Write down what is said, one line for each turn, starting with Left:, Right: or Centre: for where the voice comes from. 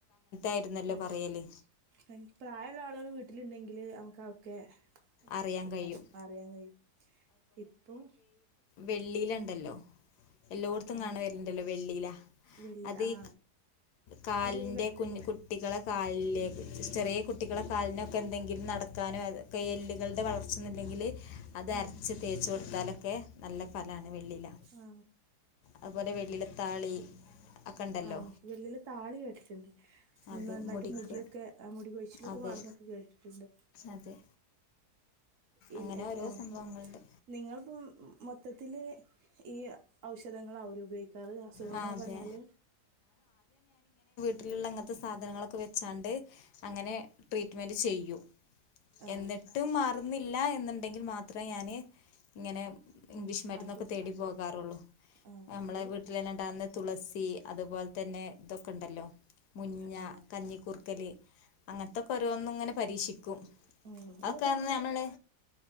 Left: ആയിരുന്നല്ലോ
Right: അതെ
Left: പറയല്
Right: അയ്ന് പ്രായള്ള ആളുകൾ വീട്ടിലുണ്ടെങ്കിൽ നമക്കവ ക്കെ
Left: അറിയാൻ
Right: എന്താ
Left: കഴിയും
Right: അറിയാൻ കഴിയും ഇപ്പം
Left: വെള്ളിയിലണ്ടല്ലോ എല്ലോട്ത്തും
Right: ആ
Left: കാണാ വരല്ണ്ടല്ലോ വെള്ളിലാ.
Right: വെള്ളി
Left: അത്
Right: ആ
Left: ഈ കാലിന്റെ
Right: ഒരു
Left: കുഞ്ഞ് കു കുട്ടികളെ കാലിലെ ചെറിയ കുട്ടികളെ കാലിനൊക്കെ എന്തെങ്കിലും നടക്കാനോ അതൊക്കെ എല്ല് കൾടെ വളർച്ചൊന്നല്ലെങ്കില് അത്
Right: ആ
Left: അരച്ച് തേച്ച് കൊടുത്താലൊക്കെ നല്ല ഫലാണ് വെള്ളില.
Right: ആ
Left: അതുപോലെ വെള്ളിലത്താളി ഒക്കെ ഉണ്ടല്ലോ
Right: ആ വെള്ളില താളി കേട്ടിട്ട്ണ്ട്.
Left: അതെ
Right: നന്നായിട്ട്
Left: മുടിക്ക്
Right: മുടിയൊക്കെ ആ മുടി കൊഴിച്ചിലൊക്കെ
Left: അതെ
Right: മാറുന്നൊക്കെ കേട്ടിട്ട്ണ്ട്.
Left: അതെ
Right: ഇത്
Left: അങ്ങനെ
Right: ഇപ്പോ
Left: ഓരോ സംഭവങ്ങളുണ്ട്
Right: നിങ്ങള്‌പ്പം മൊത്തത്തില് ഈ ഔഷധങ്ങൾ ആവൂലെ ഉപയോഗിക്കാറ് അസുഖങ്ങളൊക്കെ
Left: ആ അതെ
Right: വന്നാല്.
Left: ട്ട്ല്ള്ള ഇങ്ങൻത്തെ സാധനങ്ങളൊക്കെ വെച്ചാണ്ട് അങ്ങനെ ട്രീറ്റ്മെന്റ് ചെയ്യും.
Right: ആ
Left: എന്നിട്ടും മാറ് ന്നില്ല എന്നുണ്ടെങ്കിൽ മാത്രേ ഞാന് ഇങ്ങനെ ഇംഗ്ലീഷ് മരുന്നൊക്കെ
Right: ആശു
Left: തേടി പോകാറുള്ളു.
Right: ആ
Left: നമ്മളെ
Right: അത്
Left: വീട്ടിലന്നെ ഉണ്ടാകുന്ന തുളസി അതുപോലെ തന്നെ ഇതൊക്കെ ണ്ടല്ലോ. മുഞ്ഞ,
Right: ആ
Left: കഞ്ഞിക്കൂർക്കല് അങ്ങനത്തൊക്കെ ഓരോന്നും ഇങ്ങനെ പരീക്ഷിക്കും.
Right: ഉം
Left: അതൊക്കെ
Right: ഇതൊക്കെ ഞം മ്മള്
Left: നമ്മള്